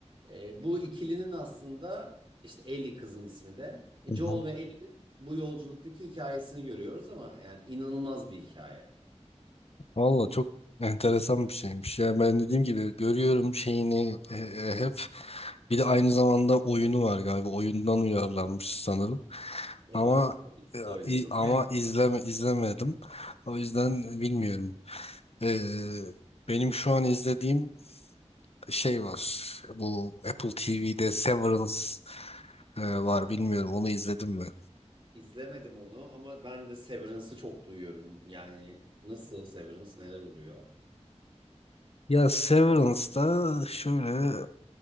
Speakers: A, on the right (about 45°); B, on the left (about 60°).
A: Ee, bu ikilinin aslında işte Ellie kızın ismi de. Joel
B: hı.
A: ve Ellie'nin bu yolculuktaki hikayesini görüyoruz ama yani inanılmaz bir hikaye.
B: Valla çok enteresan bir şeymiş. Ya ben dediğim gibi görüyorum şeyini e, e, hep bir de aynı zamanda oyunu var galiba. Oyundan uyarlanmış sanırım.
A: Evet,
B: Ama
A: onu
B: e,
A: oynadım.
B: i- ama izleme izlemedim. O yüzden bilmiyorum. Ee, benim şu an izlediğim şey var. Bu Apple TV'de Severance e, var. Bilmiyorum onu izledim mi?
A: İzlemedim onu ama ben de Severance'ı çok duyuyorum. Yani nasıl Severance neler oluyor?
B: Ya Severance'da şöyle